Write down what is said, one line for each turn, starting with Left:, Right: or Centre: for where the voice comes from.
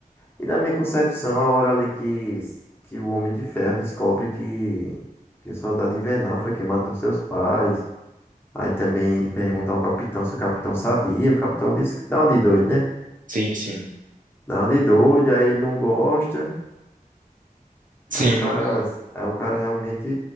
Left: E na minha concepção, a hora ali que, que o Homem de Ferro descobre que, que o Soldado Invernal foi quem matou seus pais. Aí também ele pergunta ao capitão se o capitão sabia. O capitão disse que dá uma de doido, né?
Right: Sim, sim.
Left: Dá uma de doido, aí ele não gosta.
Right: Sim,
Left: Aí o cara, aí o cara realmente